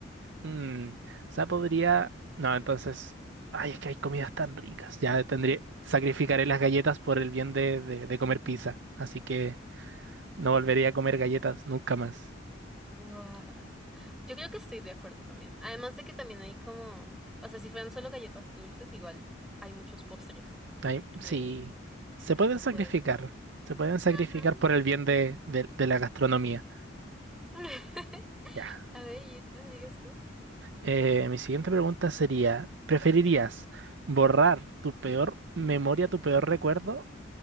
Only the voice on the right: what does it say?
Mm, o sea, podría. No, entonces. Ay, es que hay comidas tan ricas. Ya tendría. Sacrificaré las galletas por el bien de, de, de comer pizza. Así que no volveré a comer galletas nunca más.
Ay,
sí. Se
pueden
sacrificar.
Se pueden sacrificar
por el bien de, de, de la gastronomía.
Ya.
Eh, mi siguiente pregunta sería: ¿preferirías borrar tu peor memoria, tu peor recuerdo